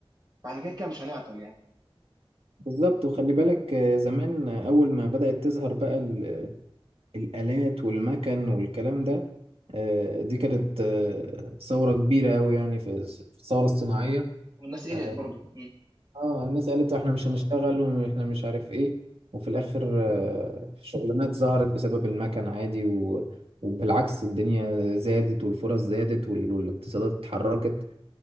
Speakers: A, on the right; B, on the right.
A: فاحنا كده كده مش هنعطل يعني
B: بالظبط وخلي بالك آه، زمان آه، أول ما بدأت تظهر بقى ال- آه، الآلات والمكن والكلام ده آه، دي كانت آه، ثورة كبيرة أوي يعني في في الثورة الصناعية
A: والناس قلقت
B: آه،
A: برضه
B: اه الناس قالت احنا مش هنشتغل واحنا مش عارف ايه وفي الاخر آه، الشغلانات ظهرت بسبب المكن عادي و... وبالعكس الدنيا زادت والفرص زادت وال... والاقتصادات اتحركت